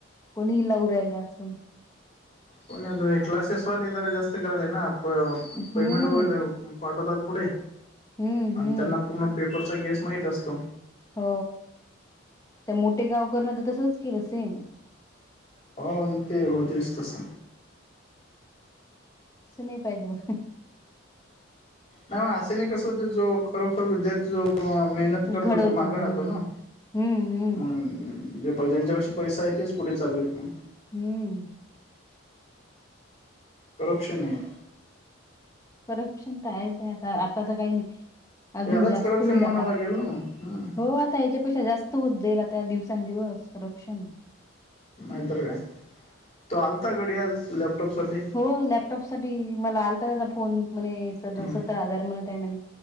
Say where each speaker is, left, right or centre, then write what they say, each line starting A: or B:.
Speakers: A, on the left; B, on the left.
A: कोणी लावू राहिलाय आज काल.
B: पण आता हे क्लासेस वाले जरा जास्त कराले ना प
A: हम्म.
B: पेमेंट वगैरे पाठवतात पुढे
A: हम्म,
B: आणि
A: हम्म.
B: त्यांना पूर्ण पेपरचा गेस माहीत असतो.
A: हो त्या मोठे गाव करण तर तसच केलं सेम.
B: हो ते होतयच तस.
A: असं नाही पाहिजे बा
B: नाई ओ अशानी कस होतय जो खरोखर विद्यार्थी जो तो मेहनत करतो
A: घडवतो.
B: तो माग राहतो
A: हम्म.
B: ना
A: हम्म, हम्म.
B: मंग म्हणजे प ज्यांच्यापाशी पैसा आहे तेच पुढे चाललेत मंग
A: हम्म.
B: करप्शन आहे.
A: करप्शन त आहेच आहे आता आता तर काही नाही अजून
B: यालाच
A: जास्त
B: करप्शन
A: होईल
B: म्हणावं
A: आता,
B: लागेल ना मग.
A: हो आत ता याच्या पेक्षा जास्त होत जाईल आता दिवसां दिवस करप्शन.
B: नाहीतर काय, तो आलता गडी आज लॅपटॉप साठी
A: हो लॅपटॉप साठी मला आलता त्याचा फोन म्हणे स
B: हम्म
A: सत्तर हजार म्हणत आहे म्हणे